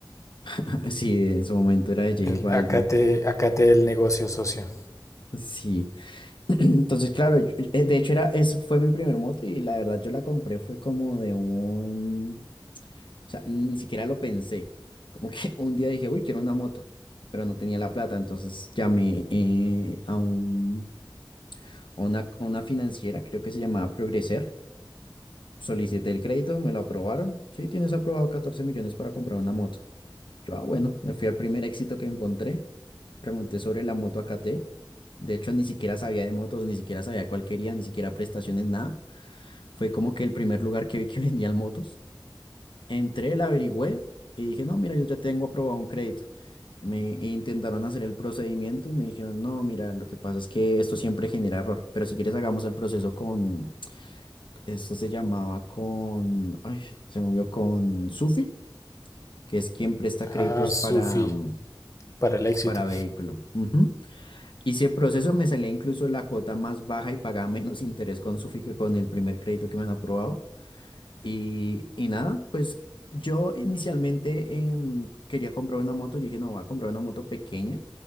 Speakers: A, on the left; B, on the left.
A: <laughs> Sí, en su momento era de
B: El
A: J Balvin.
B: acate, acate el negocio, socio.
A: Sí. Entonces, claro, yo- eh, de hecho era, es, fue mi primer moto y la verdad yo la compré fue como de un, o sea, ni siquiera lo pensé. Como que <laughs> un día dije, uy, quiero una moto, pero no tenía la plata, entonces llamé eh, a un, a una, a una financiera, creo que se llamaba Progreser, solicité el crédito, me lo aprobaron, sí, tienes aprobado 14 millones para comprar una moto. Yo, ah, bueno, me fui al primer éxito que encontré. Pregunté sobre la moto AKT. De hecho, ni siquiera sabía de motos, ni siquiera sabía cuál quería, ni siquiera prestaciones, nada. Fue como que el primer lugar que vi que <laughs> vendían motos. Entré, la averigüé y dije, no, mira, yo ya tengo aprobado un crédito. Me intentaron hacer el procedimiento y me dijeron, no, mira, lo que pasa es que esto siempre genera error, pero si quieres hagamos el proceso con, esto se llamaba con, ay, se movió con Sufi, que es quien presta créditos
B: Ah, Sufi,
A: para, mm,
B: para el éxito.
A: para vehículo. ujú. Y si el proceso me salía incluso la cuota más baja y pagaba menos interés con su que con el primer crédito que me han aprobado. Y, y nada, pues yo inicialmente em, quería comprar una moto. Yo dije, no, voy a comprar una moto pequeña,